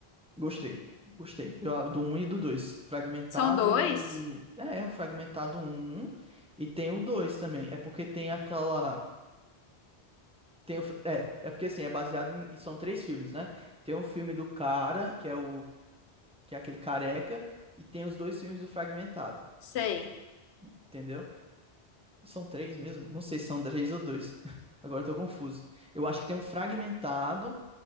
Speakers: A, in the centre; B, on the left.
A: Gostei, gostei. Eu- Do um e do 2 Fragmentado
B: São dois?
A: e o. É, é, o Fragmentado um e tem o 2 também. É porque tem aquela. Tem o... é, é porque assim, é baseado em. e São três filmes, né? Tem o filme do cara, que é o. que é aquele careca, e tem os dois filmes do Fragmentado,
B: Sei.
A: entendeu? São três mesmo? Não sei se são três ou dois. <laughs> Agora eu tô confuso. Eu acho que tem um Fragmentado.